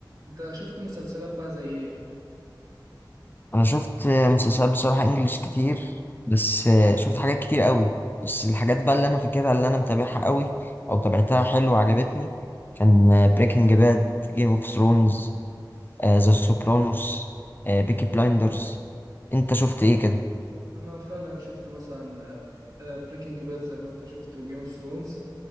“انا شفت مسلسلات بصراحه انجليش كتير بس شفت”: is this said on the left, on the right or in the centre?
Left